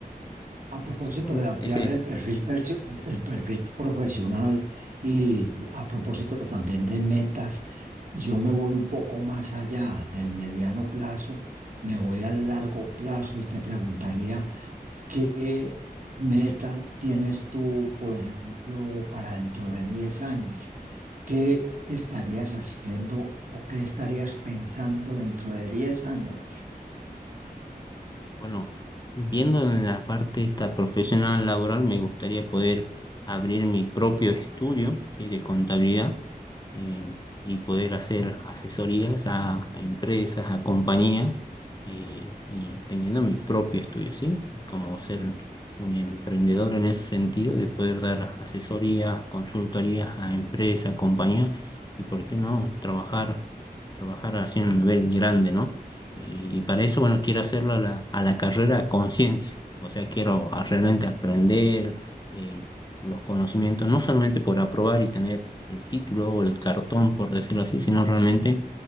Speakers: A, on the right (about 55°); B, on the left (about 25°).
A: A propósito
B: Así que bueno,
A: de ampliar
B: ese es.
A: el perfil, perso- el perfil profesional y a propósito también de metas, yo me voy un poco más allá del mediano plazo, me voy al largo plazo y te preguntaría... ¿Qué meta tienes tú, por ejemplo, para dentro de 10 años? ¿Qué estarías haciendo o qué estarías pensando dentro de 10 años?
B: Bueno, viendo en la parte esta profesional laboral, me gustaría poder abrir mi propio estudio, ¿sí? de contabilidad eh, y poder hacer asesorías a, a empresas, a compañías eh, y teniendo mi propio estudio, ¿sí? Como ser un emprendedor en ese sentido, de poder dar asesorías, consultorías a empresas, compañías y, ¿por qué no?, trabajar, trabajar así en un nivel grande, ¿no? Eh, y para eso, bueno, quiero hacerlo a la, a la carrera a conciencia. O sea, quiero a- realmente aprender eh, los conocimientos, no solamente por aprobar y tener el título o el cartón, por decirlo así, sino realmente